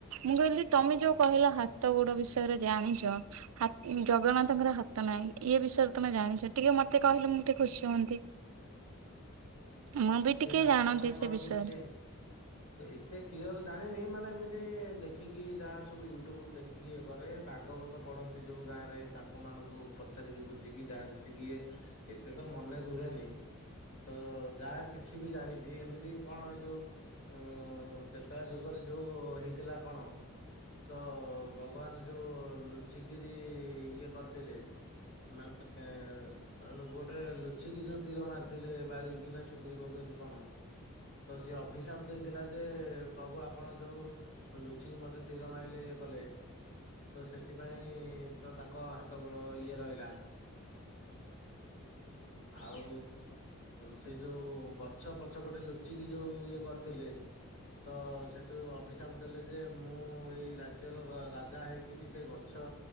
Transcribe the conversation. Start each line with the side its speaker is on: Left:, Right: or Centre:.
Right: ମୁଁ କହିଲି ତମେ ଯୋଉ କହିଲ ହାତ ଗୋଡ ବିଷୟରେ ଜାଣିଛ ହାତ ଜଗନ୍ନାଥଙ୍କର ହାତ ନାହିଁ ଇଏ ବିଷୟରେ ତମେ ଜାଣିଛ ଟିକେ ମତେ କହିଲେ ମୁଁ ଟିକେ ଖୁସି ହୁଅନ୍ତି। ମୁଁ ବି
Left: ସେ
Right: ଟିକେ
Left: ହାତ
Right: ଜାଣନ୍ତି
Left: ନାଇଁ
Right: ସେ
Left: କଣକି
Right: ବିଷୟରେ।
Left: ସିଏ ତ ଏତେ କ୍ଲିୟର ଜାଣିନି ମାନେ ଏମିତି ଦେଖିକି ଯାହା ସବୁ ୟୁଟୁବ ରୁ ଦେଖି ଇଏ କରେ ଭାଗବତ ପଢନ୍ତି ଯୋଉ ଗାଁରେ ତାଙ୍କ ମାନଙ୍କୁ ପଚାରିକି ବୁଝିକି ଯାହା ଯେତିକି ଇଏ ଏତେ ତ ମନେ ରୁହେନି ତ ଯାହା କି କିଛି ବି ଜାଣିଛି ଏମିତି କଣ ଏଇ ଯୋଉ ଉଁ ତେତୟା ଯୁଗରେ ଯୋଉ ହେଇଥିଲା କଣ ତ ଭଗବାନ ଯୋଉ ଲୁଚିକିରି ଇଏ କରିଥିଲେ ମାନେ ଗୋଟେ ଲୁଚିକି ଯୋଉ ତୀର ମାରିଥିଲେ ବାଳିକି ନା ସୁ କୁ ଏମତି କଣ ତ ସି ଅଭିଶାପ ଦେଇଥିଲା ଯେ ପ୍ରଭୁ ଆପଣ ଯୋଉ ଲୁଚିକି ମତେ ତୀର ମାଇଲେ ଇଏ କଲେ ତ ସେଥିପାଇଁ ତ ତାଙ୍କ ହାତ ଗୋଡ ଇଏ ରହିଲା। ଆଉ ସେ ଯୋଉ ଗଛ ପଛପଟେ ଲୁଚିକି ଯୋଉ ଇଏ କରିଥିଲେ ତ ସେଠୁ ଅଭିଶାପ ଦେଲେ ଯେ ମୁଁ ଏଇ ରାଜ୍ୟର ରାଜା ହେଇକି ବି ସେ ଗଛ